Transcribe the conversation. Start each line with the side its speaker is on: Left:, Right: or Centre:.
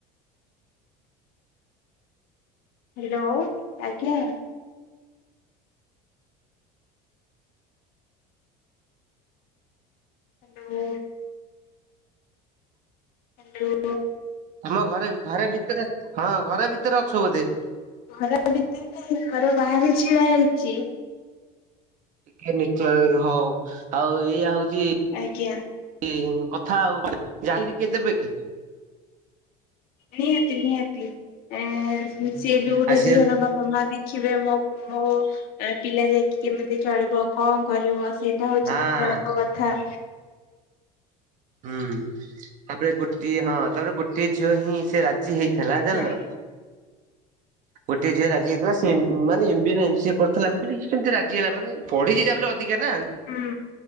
Left: ହାଲୋ ଆଜ୍ଞା। ହାଲୋ। ଉଁ।
Right: ତମ ଘରେ ଘରେ ଭିତରେ ହଁ ଘରେ ଭିତରେ ଅଛ ବୋଧେ।
Left: ଘର ଭିତରେ ନାଇଁ ଘର ବାହାରେ ଛିଡା ହେଇଛି।
Right: ଟିକେ ନେଟୱର୍କ ହଁ ଆଉ ଏଇଆ ହଉଛି।
Left: ଆଜ୍ଞା।
Right: କି କଥା ଆଉ ଜାଣିକିରି କିଏ ଦେବେ କି।
Left: ନିହାତି ନିହାତି ଏ ସିଏ ବି ଗୋଟେ
Right: ଆଉ ସେ
Left: ଝିଅର ବାପା। ମା ଦେଖିବେ ମୋ ମୋ ପିଲା ଯାଇକି କେମିତି ଚଳିବ କଣ କରିବ ସେଇ। ଏଟା ହଉଛି
Right: ହଁ
Left: ତାଙ୍କ କଥା।
Right: ହୁଁ ତାପରେ ଗୋଟିଏ ହଁ ତାପରେ ଗୋଟିଏ ଝିଅ ହିଁ ସେ ରାଜି ହେଇଥିଲା
Left: ଆଜ୍ଞା
Right: ଜାଣିଲ। ଗୋଟିଏ ଝିଅ ରାଜି ହେଇଥିଲା ‌ସିଏ ମାନେ ଏମ୍ ବି ଏ ନା ଏମ୍ ସି ଏ କରିଥିଲା ମୁଁ କହିଲି ଇଏ କେମତି ରାଜି ହେଲା ମାନେ ପଢିଚି ଯା ବି ହେଲେ ଅଧିକା ନା।
Left: ହୁଁ